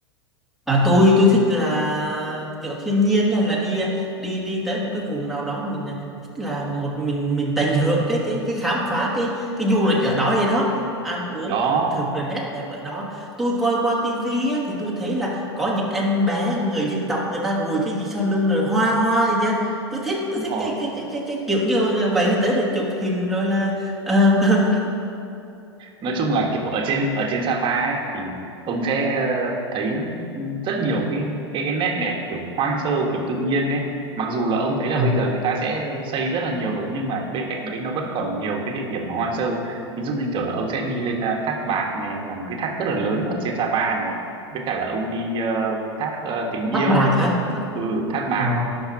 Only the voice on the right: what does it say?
đó
đúng
rồi
nói chung là kiểu ở trên ở trên Sapa ấy thì ông sẽ ờ, thấy rất nhiều cái cái cái nét đẹp kiểu hoang sơ kiểu tự nhiên đấy mặc dù là ông thấy là
bây giờ người ta sẽ xây rất là nhiều rồi nhưng mà bên cạnh đấy nó vẫn còn nhiều cái địa điểm mà hoang sơ ví dụ như kiểu là ông sẽ đi lên à, thác Bạc này là một cái thác rất là lớn ở trên Sapa này với cả là ông đi ờ, thác ờ, Tình Yêu
này
ừ thác Bạc